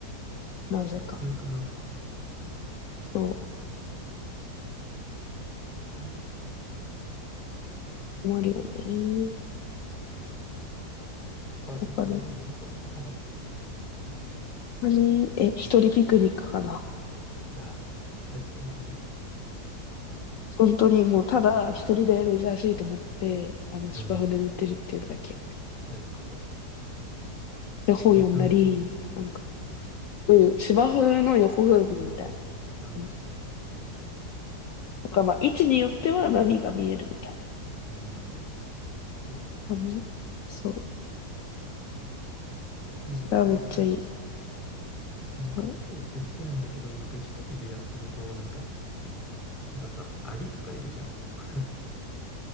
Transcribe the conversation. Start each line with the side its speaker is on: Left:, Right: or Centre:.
Left: なぜか。
Centre: う、物欲が、
Left: そ
Centre: かな
Left: う、困るよね。
Centre: そう、ある他になんかハマってること。
Left: わかる
Centre: い
Left: 本当に、え、一人ピクニックかな。
Centre: や、最高だね。
Left: 本当にもうただ一人でレジャーシート持って、あの、
Centre: うん。
Left: 芝生で寝てるっていうだけ。
Centre: 最高。
Left: で、本読んだり、
Centre: え、海
Left: なんか、
Centre: うん。
Left: うん、芝生の横組みみたいな
Centre: ああ、
Left: 感じ。
Centre: え、強。
Left: なんかまあ、位置によっては波が見えるみたい
Centre: うん。し
Left: な感じ。そう。
Centre: ピクニックね。
Left: それはめっちゃいい。
Centre: なんかピクニック好きなんだけど、
Left: そ
Centre: なんか一人でやってると、なんか、やっぱさ、アリとかいるじゃん。<laughs> わかる